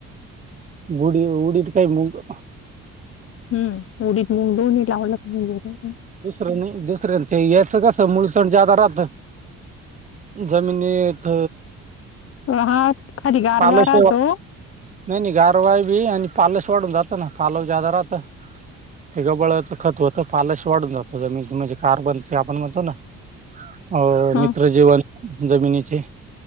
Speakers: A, on the right; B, on the left.
A: बुडी व उडीद काही मुंग
B: हम् उडीद मूंग दोन्ही लावला <unintelligible>
A: दुसरं नाही दुसरे ते यायचं कसं मुूळसण जादा राहतं जमीनीत
B: <unintelligible> हा खाली गारवा
A: पालक
B: राहतो
A: नाही नाही गारवाय बी आणि पालस वाढून जातं ना पालव जादा राहतं ते गबाळचं खत होत पाल. वाढून जातो जमीन म्हणजे कार्बन ते आपण म्हणतो ना आओ
B: हा
A: मित्र जीवन जमीनीचे